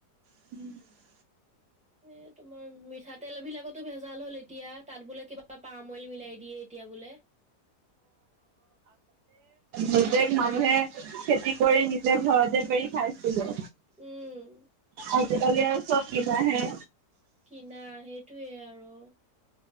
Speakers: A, on the right; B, in the centre.
A: <inaudible>
B: এ, তোমাৰ মিঠাতেল বিলাকতো ভেজাল হ'ল এতিয়া, তাত বোলে কিবা পাম অইল মিলাই দিয়ে। তিয়া বোলে।
A: নিজে মানুহে, খেতি কৰি নিজে ঘৰতে পেৰি খাইছিলে।
B: উম।
A: আজিকালি আৰু চব কিনাহে।
B: কিনা সেইটোৱে আৰু,